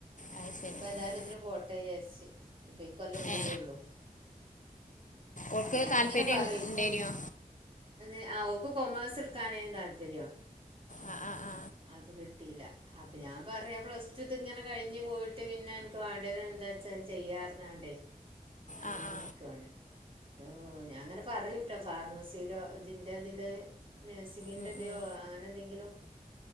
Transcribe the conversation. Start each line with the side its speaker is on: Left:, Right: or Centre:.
Left: അത്
Right: ഇഞ്ഞിപ്പേതായാലും
Left: ശരി ഉം.
Right: ഇതിന് പോട്ടെ വിയാര്ച്ച്. ഇപ്പ ഇക്കൊല്ലം കൂടിയൊള്ളു.
Left: ഏ ഓൾക്ക്
Right: അപ്പ ഞാൻ
Left: താല്പര്യം
Right: ഇങ്ങനെ പറയും ഇപ്പൊ
Left: ഉണ്ടായിരുന്നോ
Right: അതെ ആ ഓക്ക് കൊമേഴ്സ്ട്ക്കാനേയ്ന്ന് താല്പര്യം.
Left: ആ ആ ആ
Right: അത് കിട്ടീല. അപ്പൊ ഞാൻ പറ. പ്ലസ് ടു ത്ങ്ങനെ കഴിഞ്ഞ് പോയിട്ട് പിന്നെ അൻക്ക് വേണ്ടത് എന്താച്ചാൽ ചെയ്യാർഞ്ഞാണ്ടേ. അങ്ങനെ
Left: ആ ആ
Right: നിക്കാണ്. പ്പോ ഞാൻങ്ങനെ പറിട്ടോ ഫാർമസിയിലോ ഇതിന്റെ ഇതില്. നഴ്സിങ്ങിന്റെതയോ
Left: ഉം, ഉം,
Right: അങ്ങനെന്തെങ്കിലും.